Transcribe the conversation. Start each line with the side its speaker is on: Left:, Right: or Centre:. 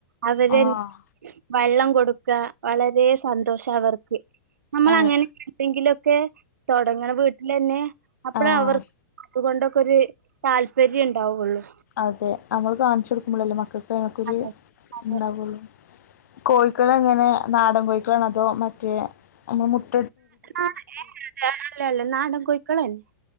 Right: അവര്
Left: ആഹ്
Right: വെള്ളം കൊടുക്കുക വളരെ സന്തോഷം അവർക്ക്. നമ്മള്
Left: ഏഹ്
Right: അങ്ങനെയൊക്കെ ഉണ്ടെങ്കിലും ഓക്കെ തൊടങ്ങണെ വീട്ടില് തന്നേ അപ്പറം
Left: ആഹ്
Right: അവർ അതുകൊണ്ടൊക്കെ ഒരു താല്പര്യം ഉണ്ടാവുള്ളൂ.
Left: അതെ. നമ്മൾ കാണിച്ചുടുക്കുമ്പോളല്ലേ മക്കക്ക് പേനക്കുര്
Right: അതെ അതെ
Left: ഉണ്ടാവൂള്ളൂ കോഴിക്കളെ എങ്ങനെ നാടൻ കോഴിക്കണതോ മറ്റേ അതിന്റെ മുട്ട
Right: ഏ അല്ല അല്ല നാടൻ കോഴി <unintelligible>